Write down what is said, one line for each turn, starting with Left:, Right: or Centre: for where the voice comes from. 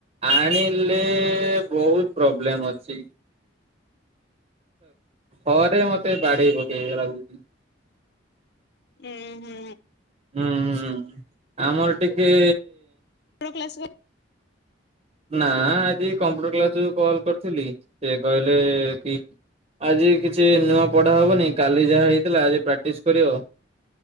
Right: ଆଣିଲେ ବହୁତ ପ୍ରୋବ୍ଲେମ ଅଛି। ଘରେ ମତେ ବାଡେଇ ପକେଇବେ ଲାଗୁଛି।
Left: ହୁଁ ହୁଁ
Right: ହୁଁ ହୁଁ ଆମର ଟିକେ
Left: କ୍ଲାସକୁ
Right: ନା ଆଜି କମ୍ପୁଟର କ୍ଲାସ ରୁ କଲ୍ କରିଥିଲି ସେ କହିଲେ କି ଆଜି କିଛି ନୂଆ ପଢା ହବନି କାଲି ଯାହା ହେଇଥିଲା ଆଜି ପ୍ରାକ୍ଟିସ କରିବ